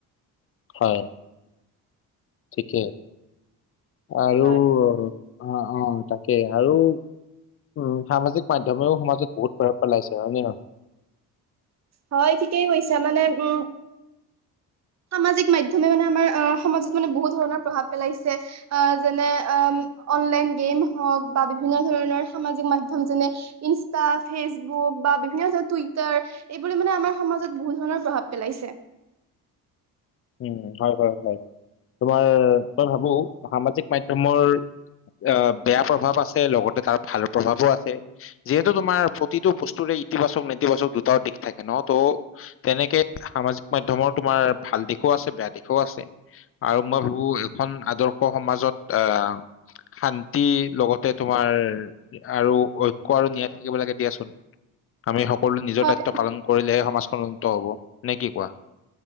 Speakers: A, on the left; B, on the right.
A: হয় ঠিকেই আৰু
B: হয়
A: অ', অ' তাকেই আৰু উম সামাজিক মাধমেও সমাজত বহুত প্ৰভাৱ পেলাইছে হয় নে নহয়
B: হয় ঠিকেই হৈছে মানে উম সামাজিক মাধমে মানে আমাৰ অ সমাজত মানে বহুত ধৰণৰ প্ৰভাৱ পেলাইছে অ' যেনে অ' অনলাইন গেম হক বা বিভিন্ন ধৰণৰ সামাজিক মাধ্যম যেনে ইনস্টা ফেচবুক বা বিভিন্ন ধৰ টুইটাৰ এইবোৰে মানে আমাৰ সমাজত বহুত ধৰণৰ প্ৰভাৱ পেলাইছে
A: <inaudible> উম হয় হয় হয় তোমাৰ মই ভাবো সামাজিক মাধ্যমৰ অ বেয়া প্ৰভাৱ আছে লগতে তাৰ ভাল প্ৰভাৱো আছে যিহেতু তোমাৰ প্ৰতিটো বস্তুৰ ইতিবাচক নেতিবাচক দুটাৰ দিশ থাকে ন ত' তেনেকে সামাজিক মাধ্যমৰ তোমাৰ ভাল দিশ ও আছে বেয়া দিশেও আছে আৰু মই ভাবো এখন আদৰ্শ সমাজত অ' শান্তি লগতে তোমাৰ আৰু ঐক্য আৰু নিয়া থাকিব লাগে দিয়াচোন আমি সকলো নিজৰ
B: হয়
A: দায়িত্ব পালন কৰিলেহে সমাজখন উন্নত হব নে কি কোৱা